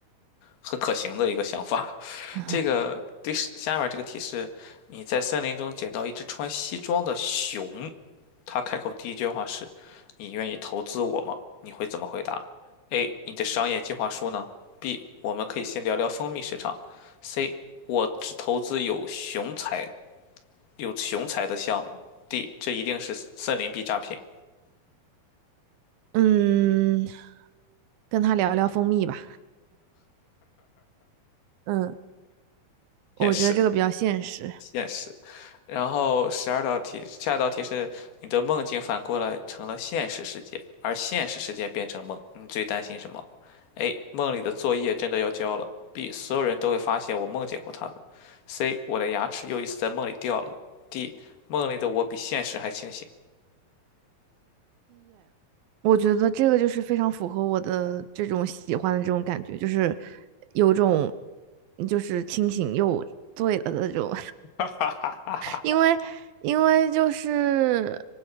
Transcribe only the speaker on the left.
很可行的一个想法。
这个第十下面这个题是：你在森林中捡到一只穿西装的熊，它开口第一句话是：“你愿意投资我吗？”你会怎么回答？A. 你的商业计划书呢？B. 我们可以先聊聊蜂蜜市场。C. 我只投资有熊才有熊才的项目。D. 这一定是森林币诈骗，
现是。现实。然后十二道题，下一道题是你的梦境反过来成了现实世界，而现实世界变成梦，你最担心什么？A. 梦里的作业真的要交了。B. 所有人都会发现我梦见过他们。C. 我的牙齿又一次在梦里掉了。D. 梦里的我比现实还清醒。
<laughs> 哈哈哈哈哈！